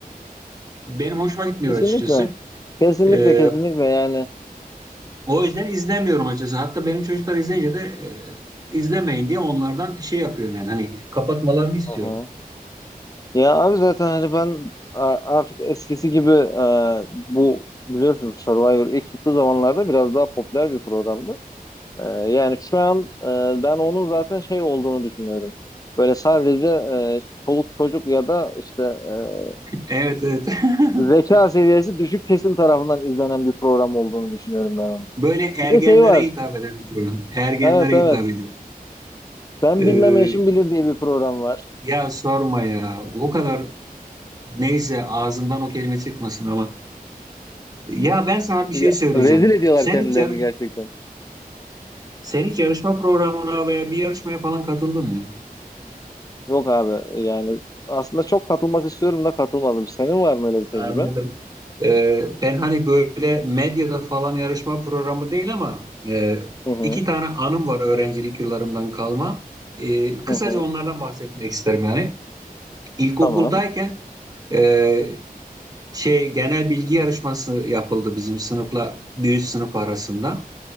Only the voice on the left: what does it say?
Kesinlikle.
Kesinlikle
kesinlikle yani.
Hı-hı. Ya abi zaten hani ben a- artık eskisi gibi e, bu biliyorsunuz Survivor ilk çıktığı zamanlarda biraz daha popüler bir programdı. E, yani şu an e, ben onun zaten şey olduğunu düşünüyorum. Böyle sadece e, çoluk çocuk ya da işte e,
zeka seviyesi düşük kesim tarafından izlenen bir program olduğunu düşünüyorum ben onun.
Bir de şey var.
Evet evet.
Ben
bilmem eşim bilir diye bir program var.
Ya,
rezil ediyorlar
kendilerini
gerçekten.
Yok abi yani aslında çok katılmak istiyorum da katılmadım. Senin var mı öyle bir tecrübe?
Hı hı.
Hı hı.
Tamam.